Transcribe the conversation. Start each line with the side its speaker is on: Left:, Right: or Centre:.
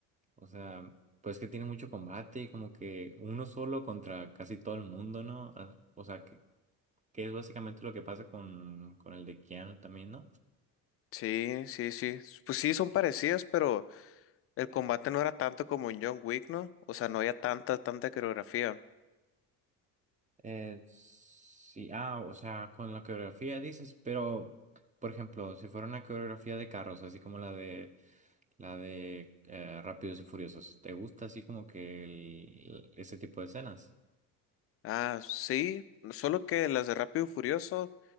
Right: o sea, pues que tiene mucho combate y como que uno solo contra casi todo el mundo, ¿no? Ah, O sea, que, que es básicamente lo que pasa con, con el de Keanu también, ¿no?
Left: Sí, sí, sí. Pues sí, son parecidas, pero... El combate no era tanto como en John Wick, ¿no? O sea, no había tanta, tanta coreografía.
Right: Eh, sí, ah, o sea, con la coreografía dices, pero, por ejemplo, si fuera una coreografía de carros, así como la de la de eh, Rápidos y Furiosos, ¿te gusta así como que el- ese tipo de escenas?
Left: Ah, sí, solo que las de Rápido y Furioso,